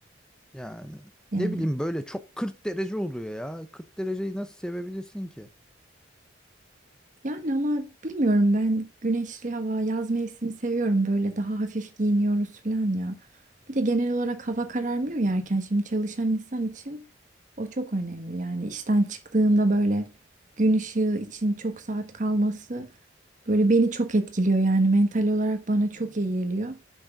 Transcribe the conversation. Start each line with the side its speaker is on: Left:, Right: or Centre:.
Centre: Yani
Right: yani
Centre: ne bileyim böyle çok 40 derece oluyor ya. 40 dereceyi nasıl sevebilirsin ki?
Right: Yani ama bilmiyorum ben güneşli hava, yaz mevsimi seviyorum. Böyle daha hafif giyiniyoruz falan ya. Bir de genel olarak hava kararmıyor ya erken. Şimdi çalışan insan için o çok önemli. Yani işten çıktığında böyle gün ışığı için çok saat kalması böyle beni çok etkiliyor. Yani mental olarak bana çok iyi geliyor.